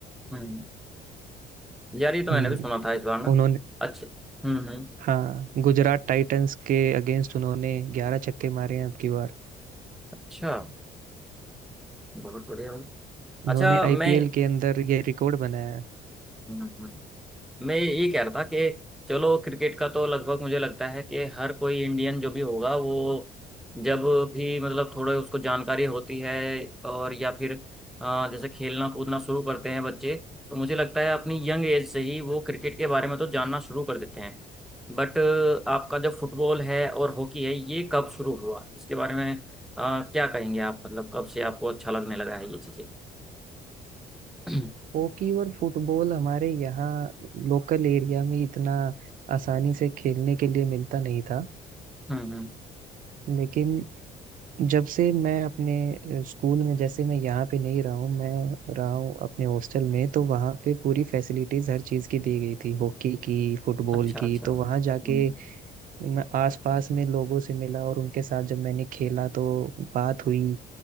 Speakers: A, in the centre; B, on the right (about 55°).
A: हम्म यार ये तो मैंने
B: हम्म
A: भी सुना था इस बार ना
B: उन्होंने
A: अच्छा हम्म हम्म
B: हाँ गुजरात टाइटंस के अगेंस्ट उन्होंने ग्यारह छक्के मारे हैं अब की बार
A: अच्छा बहुत बढ़िया भाई अच्छा
B: उन्होंने
A: मैं
B: आईपीएल के अंदर ये रिकॉर्ड बनाया है
A: हम्म हम्म। मैं ये कह रहा था कि चलो क्रिकेट का तो लगभग मुझे लगता है कि हर कोई इंडियन जो भी होगा वो जब भी मतलब थोड़े उसको जानकारी होती है और या फिर अ, जैसे खेलना कूदना शुरू करते हैं बच्चे तो मुझे लगता है अपनी यंग एज से ही वो क्रिकेट के बारे में तो जानना शुरू कर देते हैं बट आपका जो फुटबॉल है और हॉकी है ये कब शुरू हुआ इसके बारे में अ, क्या कहेंगे आप मतलब कब से आपको अच्छा लगने लगा है ये चीज़ें <clears throat>
B: हॉकी और फुटबॉल हमारे यहाँ लोकल एरिया में इतना आसानी से खेलने के लिए मिलता नहीं था
A: हम्म हम्म
B: लेकिन जब से मैं अपने अ, स्कूल में जैसे मैं यहाँ पे नहीं रहा हूँ मैं रहा हूँ अपने हॉस्टल में तो वहाँ पे पूरी फैसिलिटीज हर चीज़ की दी गई थी हॉकी की फुटबॉल
A: अच्छा
B: की
A: अच्छा
B: तो
A: हम्म
B: वहाँ जाके मैं आसपास में लोगों से मिला और उनके साथ जब मैंने खेला तो बात हुई